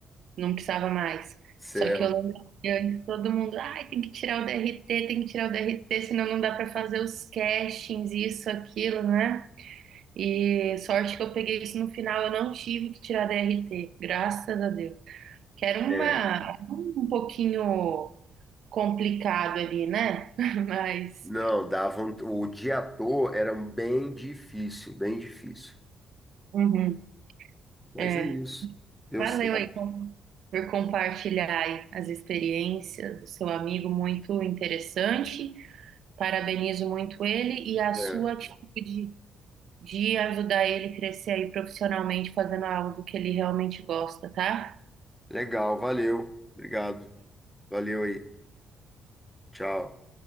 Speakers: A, on the right (about 70°); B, in the centre.
A: não precisava mais.
B: céu,
A: Só que eu lembro que antes todo mundo, ai, tem que tirar o DRT, tem que tirar o DRT, senão não dá para fazer os castings, isso, aquilo, né? E sorte que eu peguei isso no final, eu não tive que tirar DRT, graças a Deus. Que era uma,
B: é.
A: um pouquinho complicado ali, né? <laughs> Mas,
B: Não, davam. O de ator era bem difícil, bem difícil.
A: uhum,
B: Mas
A: é.
B: é isso. Deu
A: Valeu
B: certo.
A: aí com- por compartilhar aí as experiências, o seu amigo muito interessante. Parabenizo muito ele e a sua
B: É.
A: atitude de ajudar ele crescer aí profissionalmente, fazendo algo que ele realmente gosta, tá?
B: Legal, valeu. Obrigado. Valeu aí. Tchau.